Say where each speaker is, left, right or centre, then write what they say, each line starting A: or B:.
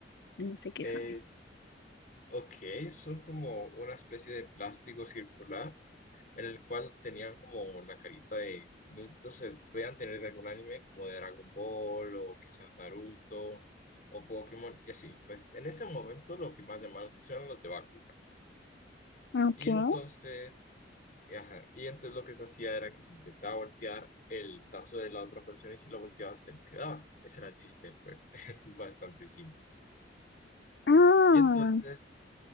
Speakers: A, on the left (about 65°); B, on the left (about 50°).
A: No sé qué
B: Es,
A: son eso.
B: ok, son como una especie de plástico circular en el cual tenían como la carita de, no- entonces, podían tener de algún anime como de Dragon Ball o quizás Naruto o Pokémon y así. Pues en ese momento lo que más llamaba la atención eran los de Bakugan.
A: Okay.
B: Y entonces, ajá, y entonces lo que se hacía era que se intentaba voltear el tazo de la otra persona y si lo volteabas te lo quedabas. Ese era el chiste del juego. <laughs> Es bastante simple.
A: Ah,
B: Y entonces